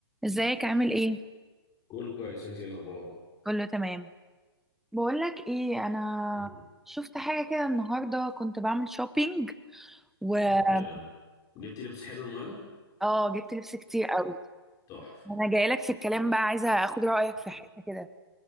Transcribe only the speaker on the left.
كله كويس انت ايه الاخبار
مم.
اوكي جبتي لبس حلو المهم
تحفة
مم.